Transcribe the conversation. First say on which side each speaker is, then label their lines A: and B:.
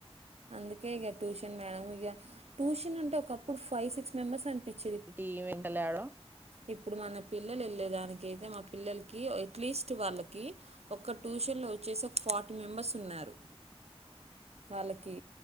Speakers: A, on the right (about 75°); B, on the right (about 20°).
A: అందుకే ఇగ ట్యూషన్ మేడం ఇ ట్యూషన్ అంటే ఒకప్పుడు ఫైవ్ సిక్స్ మెంబర్స్ అనిపిచే
B: ఏంటి వెంట లేడ
A: ఇప్పుడు మన పిల్లలు వెళ్ళేదానికి అయితే మా పిల్లలకి ఎట్లీస్ట్ వాళ్ళకి ఒక ట్యూషన్లో వచ్చేసి ఒక ఫార్టీ మెంబర్స్ ఉన్నారు. వాళ్ళకి